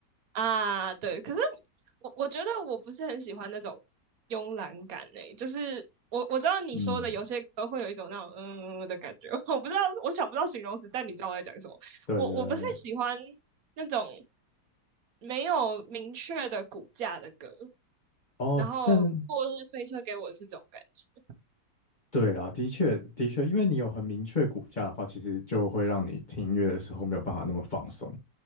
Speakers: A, on the right; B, on the left.
A: 啊，对，可是我我觉得我不是很喜欢那种慵懒感诶、就是我我知道你说的有些歌会有一种那种嗯嗯嗯的感觉，
B: 嗯，
A: <laughs> 我不知道我想不到形容词，但你知道我在讲什么。
B: 对对对。
A: 我我不是喜欢那种没有明确的骨架的歌，
B: 哦，
A: 然后落日飞车给我的是这种感觉。
B: 但是对啦，的确的确，因为你有很明确骨架的话，其实就会让你听音乐的时候没有办法那么放松。